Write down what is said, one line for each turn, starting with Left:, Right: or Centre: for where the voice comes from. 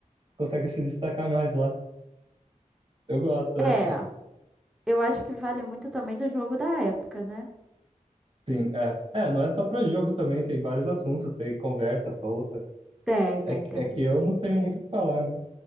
Right: consegue se destacar mais lá. Eu gosto, é.
Centre: É, eu acho que vale muito também do jogo da época, né?
Right: Sim, é. É, não é só para jogo também, tem vários assuntos, tem conversa solta.
Centre: Tem, tem,
Right: É, que-
Centre: tem.
Right: é que eu não tenho muito o que falar, né?